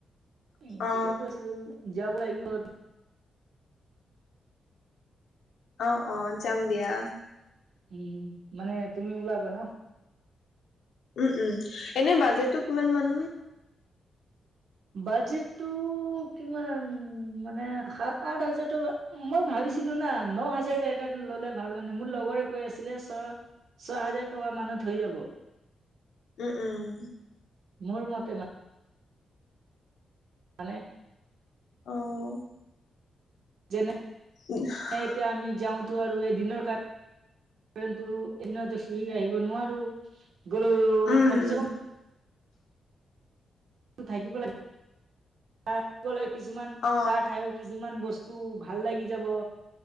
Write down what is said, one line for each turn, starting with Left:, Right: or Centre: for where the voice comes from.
Right: এই
Left: অ
Right: তাকে কৈছিলোঁ যাব লাগিব
Left: অ', অ'। যাম দিয়া
Right: উম মানে তুমি ওলাবা ন।
Left: উম, উম। এনে বাজেটো কিমান মান?
Right: বাজেটটো কিমান মানে সাত-আঠ হাজাৰ টকা, মই ভাবিছিলো না ন হাজাৰ তাত ল'লে ভাল মানে, মোৰ লগৰে কৈ আছিলে চা ছয় হাজাৰ টকা মানত হৈ যাব।
Left: উম-উম।
Right: মোৰ মতে মা মানে -
Left: অ,
Right: যেনে
Left: <unintelligible>
Right: এতিয়া আমি যাওঁতো আৰু এদিনৰ কাৰ কিন্তু এদিনতে ফুৰি আহিব নোৱাৰো, গ'লোও
Left: উম
Right: কমচে কম থাকিব <unintelligible> তাত গ'লে কিছুমান
Left: অ
Right: তাৰ ঠাই কিছুমান বস্তু ভাল লাগি যাব।